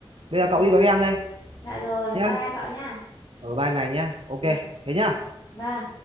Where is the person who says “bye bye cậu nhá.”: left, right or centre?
Left